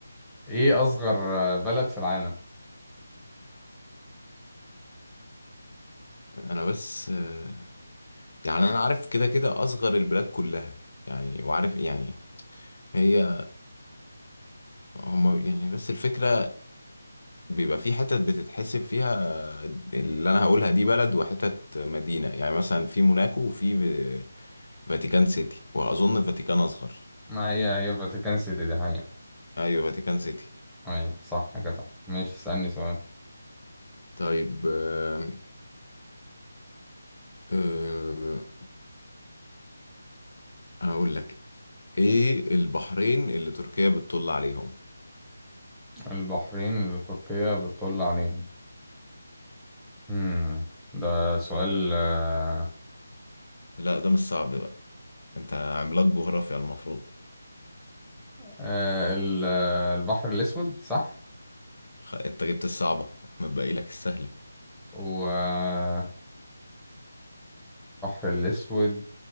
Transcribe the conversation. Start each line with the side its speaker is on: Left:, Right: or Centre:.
Centre: إيه أصغر بلد في العالم؟
Left: <laughs> انا بس آه، يعني انا عارف كده كده اصغر البلاد كلها يعني وعارف يعني هي هم يعني بس الفكرة بيبقى في حتت بتتحسب فيها اللي انا هقولها دي بلد وحتت مدينة يعني مثلا في موناكو وفي في- فاتيكان سيتي واظن فاتيكان اصغر
Centre: ما هي هي فاتيكان سيتي دي حقيقة
Left: ايوه فاتيكان سيتي
Centre: أي صح كده ماشي اسألني سؤال
Left: طيب آه، آه، هقول لك ايه البحرين اللي تركيا بتطل عليهم
Centre: البحرين اللي تركيا بتطل عليهم هم ده سؤال آه،
Left: لا ده مش صعب بقى انت عملاق جغرافيا المفروض
Centre: آه، ال- آه، البحر الأسود صح
Left: خ... انت جبت الصعبة متبقي لك السهلة
Centre: والبحر الأسود